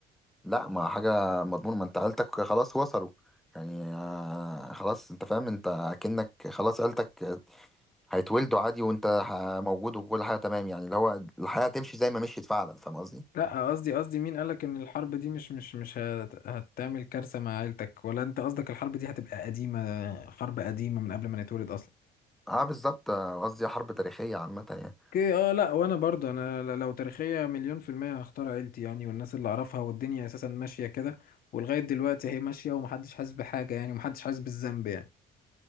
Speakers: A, in the centre; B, on the left.
A: لا ما حاجة مضمون ما أنت عيلتك خلاص وصلوا يعني آه، خلاص أنت فاهم أنت أكنك خلاص عيلتك هيتولدوا عادي وأنت ه- موجود وكل حاجة تمام يعني اللي هو الحياة تمشي زي ما مشيت فعلا فاهم قصدي؟
B: لا قصدي قصدي مين قالك ان الحرب دي مش مش مش هت- هتعمل كارثة مع عيلتك ولا انت قصدك الحرب دي هتبقى قديمة حرب قديمة من قبل ما نتولد اصلا
A: أه بالظبط آه، قصدي حرب تاريخية عامة يعني
B: اوكي اه لا وانا برضه انا ل- لو تاريخية مليون في المية هختار عيلتي يعني والناس اللي اعرفها والدنيا اساسا ماشية كده ولغاية دلوقتي هي ماشية ومحدش حاسس بحاجة يعني ومحدش حاسس بالذنب يعني